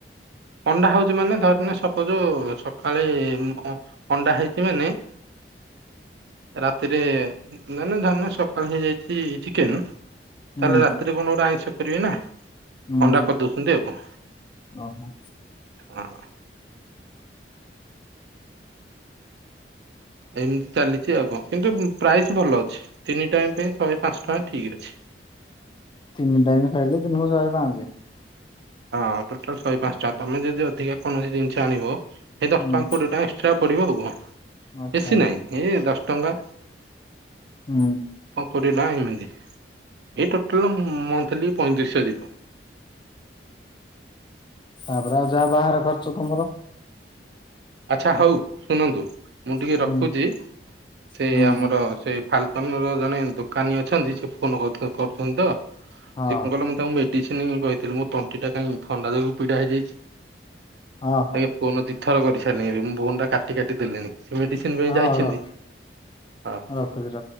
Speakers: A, on the right (about 65°); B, on the left (about 25°).
A: ଅଣ୍ଡା ହଉଛି, ମାନେ ଧରି ନିଅ ସପୋଜୋ ଛ କାଳେ-ଏ ଅଣ୍ଡା ହେଇଛି, ମାନେ ରାତିରେ ନା ନା ଧରିନିଅ, ସକାଳ ହେଇଯାଇଛି ଚିକେନ୍ ତା,
B: ହୁଁ
A: ହେଲେ ରାତିରେ କଣ ଗୋଟେ ଆଇଁଷ କରିବେ ନା?
B: ହୁଁ
A: ଅଣ୍ଡା କରିଦଉଛନ୍ତି ଆଉ କଁ!
B: ଓହୋ।
A: ହଁ। ଏମିତି ଚାଲିଛି ଆଉ କଣ? କିନ୍ତୁ ପ୍ରାଇସ୍ ଭଲ ଅଛି, ତିନି ଟାଇମ୍ ପାଇଁ ଶହେ ପାଞ୍ଚ ଟଙ୍କା ଠିକ୍ ଅଛି।
B: ତିନି ଟାଇମ୍ ଖାଇଲେ, ଦିନକୁ ଶହେ ପାଞ୍ଚେ?
A: ହଁ, ଟୋଟାଲ୍ ଶହେ ପାଞ୍ଚଟା। ତମେ ଯଦି ଅଧିକା କୌଣସି ଜିନିଷ ଆଣିବ ଏ ଦଶ
B: ହୁଁ
A: ଟଙ୍କା କୋଡ଼ିଏ ଟଙ୍କା ଏକ୍ସଟ୍ରା ପଡ଼ିବ ଆଉ କଣ?
B: ଆଚ୍ଛା
A: ବେଶୀ
B: ଆଚ୍ଛା
A: ନାହିଁ, ହେ ଦଶ୍ ଟଙ୍ଗା
B: ହୁଁ।
A: କୋଡ଼ିଏ ଟଙ୍କା ଏମିତି, ଏଇ ଟୋଟାଲ୍ ମନ୍ଥଲି ପଇଁତିରିଶ ଶହ ଯିବ।
B: ତା'ପରେ ଆଉ ଯାହା, ବାହାର ଖର୍ଚ୍ଚ ତମର।
A: ଆଚ୍ଛା ହୋଉ ଶୁଣନ୍ତୁ ମୁଁ ଟିକେ
B: ହୁଁ
A: ରଖୁଚି ସେ
B: ହୁଁ।
A: ଆମର ସେ ଫାଲ ଆମର ଜଣେ ଦୋକାନୀ ଅଛନ୍ତି ସେ ଫୋନ କଥା କୋହୁଚନ୍ତି ତ
B: ହଁ
A: ସେ କଣ କହିଲ ମୁ ତାଙ୍କୁ ମେ ଡିସିନ କହିଥିଲି ମୋ ତଣ୍ଟିଟା କାଇଁ ଥଣ୍ଡା ଯୋଗୁ ପିଡା ହେଇଯାଇଛି
B: ହଁ ହଁ ହଁ
A: ତାଙ୍କେ ଫୋନ ଦେ ଥର କରିସାରଲିଣି ବି ମୁଁ ଫୋନଟା କାଟି କାଟି ଦେଲିଣି ସେ ମେଡ଼ିସିନ ପାଇଁ
B: ହଁ ହଉ
A: ଯାଇଛନ୍ତି
B: ରଖ
A: ହଁ।
B: ରଖୁଛି ରଖ।